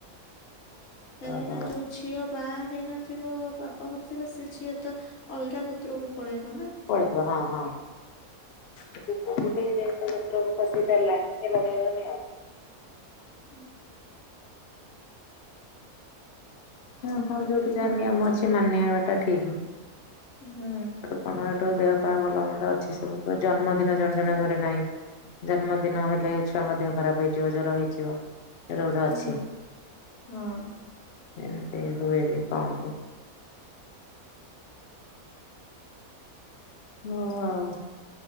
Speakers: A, on the left; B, on the left.
A: କାହିଁକି
B: ଓହୋ
A: ନା ଯୋଉ ଝିଅ ବାଆ ହେଇନଥିବ ବାପାଘରେ ଥିବ ସେ ଝିଅ ତ ଅଲଗା ଗୋତ୍ରକୁ ପଳେଇବନା।
B: ପଳେଇଥିବ ହଁ ହଁ। ଦୁବ ଗୋଟେ ଯେହେତୁ ପତ୍ରକୁ ଫସିି ସାରିଲାଣି ସେ ଲଗେଇବନି ଆଉ।
A: ଉଁ
B: ହଁ ହଁ ଯୋଉଠି ଯାହା ନିୟମ ଅଛି ମାନିବାଟା ଠିକି।
A: ହୁଁ।
B: କଣ ହେଠୁ ଦେହପା ଭଲ ମନ୍ଦ ଅଛି ସବୁ କ ଜନ୍ମଦିନ ଜଣଜଣଙ୍କ ଘରେ ନାହିଁ। ଜନ୍ମଦିନ ହେଲେ ଛୁଆଙ୍କ ଦେହ ଖରାପେ ହେଇଯିବ ଜର ହେଇଯିବ। ଏରା ଗୋଟେ
A: ହୁଁ
B: ଅଛି।
A: ହଁ
B: ଏମତି ହୁଏ ବି କହନ୍ତି। ହୋଉ ଆଉ